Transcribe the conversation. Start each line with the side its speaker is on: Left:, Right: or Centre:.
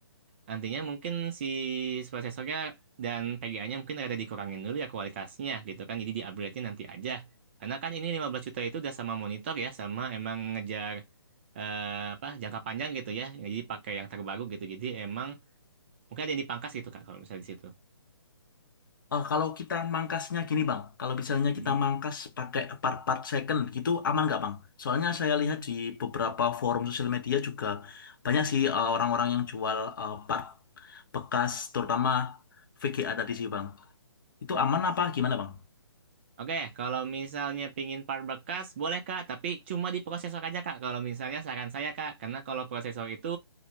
Right: Nantinya mungkin si prosesornya dan PGA-nya mungkin ada dikurangin dulu ya kualitasnya gitu kan. Jadi di-upgrade-nya nanti aja. Karena kan ini 15 juta itu udah sama monitor ya, sama emang ngejar eh, apa jangka panjang gitu ya. Jadi pakai yang terbaru gitu. Jadi emang mungkin ada yang dipangkas gitu Kak kalau misalnya di situ.
Left: Eh, kalau kita mangkasnya gini Bang, kalau misalnya
Right: Mhm.
Left: kita mangkas pakai part-part second gitu aman nggak Bang? Soalnya saya lihat di beberapa forum sosial media juga banyak sih eh, orang-orang yang jual eh, part bekas terutama VGA tadi sih Bang. Itu
Right: Mhm.
Left: aman apa gimana Bang?
Right: Oke, kalau misalnya pingin part bekas, boleh Kak, tapi cuma di prosesor aja Kak. Kalau misalnya saran saya Kak, karena kalau prosesor itu